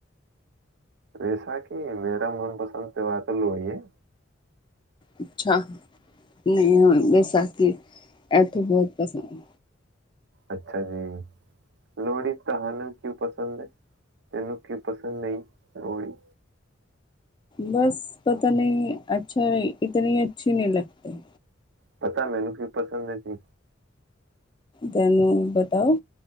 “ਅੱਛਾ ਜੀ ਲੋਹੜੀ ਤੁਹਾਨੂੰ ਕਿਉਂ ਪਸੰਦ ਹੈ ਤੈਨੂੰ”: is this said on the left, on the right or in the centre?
Right